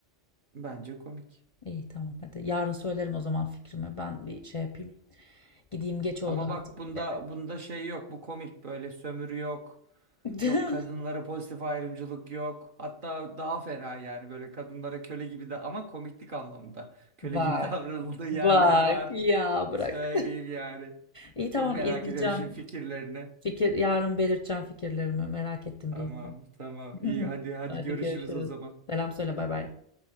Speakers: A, on the right; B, on the left.
A: bence komik.
B: İyi tamam hadi. Yarın söylerim o zaman fikrimi. Ben bir şey yapayım. Gideyim geç oldu
A: Ama bak
B: artık.
A: bunda
B: Evet.
A: bunda şey yok. Bu komik böyle sömürü yok.
B: <laughs>
A: Yok kadınlara pozitif ayrımcılık yok. Hatta daha fena yani böyle kadınlara köle gibi de ama komiklik anlamında. Köle
B: Bak.
A: gibi <laughs> davranıldığı yerler
B: Bak
A: var.
B: ya bırak.
A: Söyleyeyim yani.
B: İyi tamam
A: Çok merak
B: izleyeceğim.
A: ediyorum şimdi fikirlerini.
B: Fikir yarın belirteceğim fikirlerimi. Merak ettim
A: Tamam
B: bir izleyeyim.
A: tamam
B: <laughs>
A: iyi hadi hadi
B: Hadi
A: görüşürüz
B: görüşürüz.
A: o zaman.
B: Selam söyle bay bay.